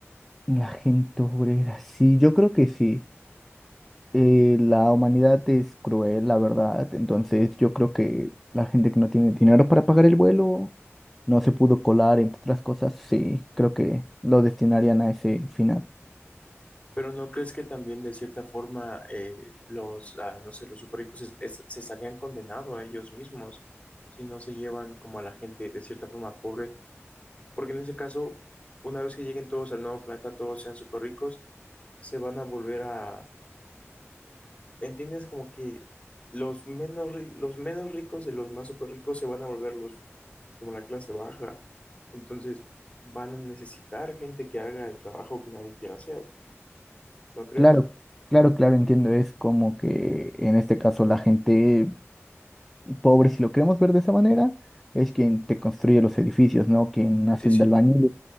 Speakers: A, in the centre; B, on the left (about 30°).
A: la gente obrera, sí, yo creo que sí. eh, la humanidad es cruel, la verdad. Entonces yo creo que la gente que no tiene dinero para pagar el vuelo no se pudo colar, entre otras cosas. Sí, creo que lo destinarían a ese final.
B: Pero ¿no crees que también de cierta forma eh, los, ah, no sé, los superricos es- es- se estarían condenados a ellos mismos si no se llevan como a la gente de cierta forma pobre? Porque en ese caso, una vez que lleguen todos al nuevo planeta, todos sean superricos, se van a volver a ¿Entiendes? Como que los menos, ri- los menos ricos de los más súper ricos se van a volver los, como la clase baja. Entonces van a necesitar gente que haga el trabajo que nadie quiere hacer, ¿no crees?
A: Claro, claro, claro, entiendo. Es como que en este caso la gente pobre, si lo queremos ver de esa manera, es quien te construye los edificios, ¿no? Quien hacen
B: Sí, sí.
A: de albañil.